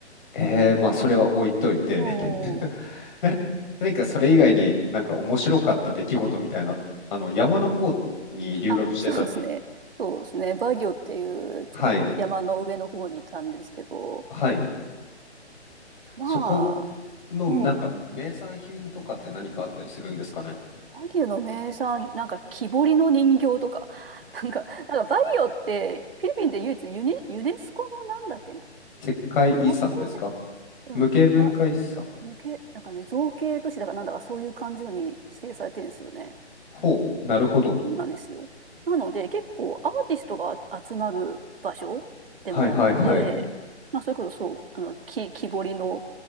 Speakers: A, on the left; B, on the right.
A: えー、まあそれは置いといて
B: の。
A: <laughs> な何かそれ以外になんか面白かった出来事みたいな、あの山の方に留学してたっていう。
B: あ、そうですね。そうですね。バギオっていう、ちょっと山の上の方にいたんですけど、
A: はい。はい。
B: まあ、
A: そこのなんか名産品とかって何かあったりするんですかね
B: うん。バギオの名産、なんか木彫りの人形とか、<laughs> なんか、なんかバギオって、フィリピンで唯一ユニ、ユネスコのなんだっけな、
A: 石灰遺産ですか
B: 造形うん、
A: 無形文化遺産。
B: な、無形、なんかね、造形都市だからなんだかそういう感じのに指定されてるんですよね。
A: ほう、なるほど。
B: そうなんですよ。なので、結構アーティストが集まる場所でもあって、
A: はいはいはい。
B: まあ、それこそそう、あの、木、木彫りの